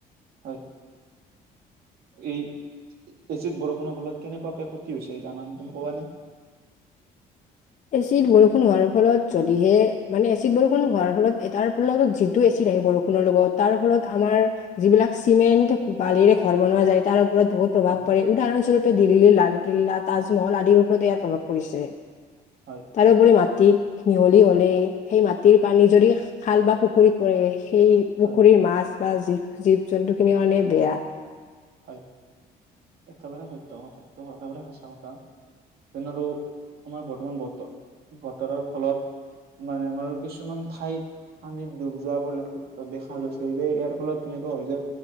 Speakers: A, on the right; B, on the left.
A: হয়। এই এচিত বৰষুণৰ ফলত কেনেকুৱাকে ক্ষতি হৈছে জানানে তুমি? ক'বানে।
B: এচিড বৰষুণ হোৱাৰ ফলত যদিহে মানে এচিড বৰষুণ হোৱাৰ ফলত তাৰ ফলত যিটো এচিড আহিব বৰষুণৰ লগত তাৰ ফলত আমাৰ যিবিলাক চিমেন্ট, বালিৰে ঘৰ বনোৱা যায় তাৰ ওপৰত বহুত প্ৰভাৱ
A: হয়
B: পৰে। উদাহৰণস্বৰূপে দিল্লী, লালকিল্লা, তাজমহল, আদিৰ ওপৰত ইয়াৰ প্ৰভাৱ পৰিছে।
A: হয়
B: তাৰোপৰি মাত মাটিত মিহলি হলে সেই মাটিৰ পানী যদি খাল বা পুখুৰীত পৰে সেই পুখুৰীৰ
A: হয়
B: মাছ বা জীৱ, জীৱ জন্তু খিনিৰ কাৰণে বেয়া।
A: হয়। একেবাৰে সত্য একেবাৰে সচা কথা তেন আৰু আমাৰ বৰ্তমান বতৰ বতৰৰ ফলত মানে আমাৰ কিছুমান ঠাইত আমি ডুব যোৱা পৰিলক্ষিত দেখা গৈছে যে ইয়াৰ ফলত কেনেকুৱা হয় যে